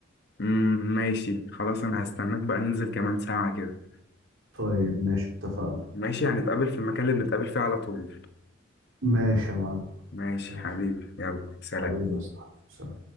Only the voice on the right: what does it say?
طيب ماشي اتفقنا
ماشي يا معلم
ماشي
حبيبي يا صاحبي سلام.